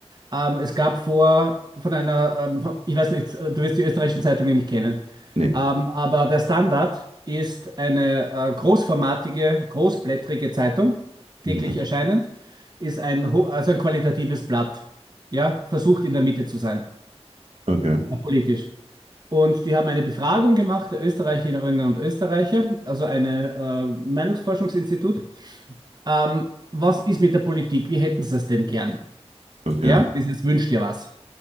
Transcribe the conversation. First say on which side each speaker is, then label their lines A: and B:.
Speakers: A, on the right; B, on the right.
A: Ähm, es gab vor von einer, ähm, von, ich weiß nicht, äh, du wirst die österreichischen Zeitungen nicht kennen,
B: nee.
A: ähm, aber der Standard ist eine äh, großformatige, großblättrige Zeitung, täglich
B: Mhm,
A: erscheinend, ist ein, ho- also ein qualitatives Blatt, ja, versucht in der Mitte zu sein,
B: okay,
A: äh, politisch. Und die haben eine Befragung gemacht der Österreicherinnen und Österreicher, also eine äh, Meinungsforschungsinstitut. Ähm, was ist mit der Politik? Wie hätten sie es denn gern?
B: okay.
A: Ja, dieses wünscht dir was.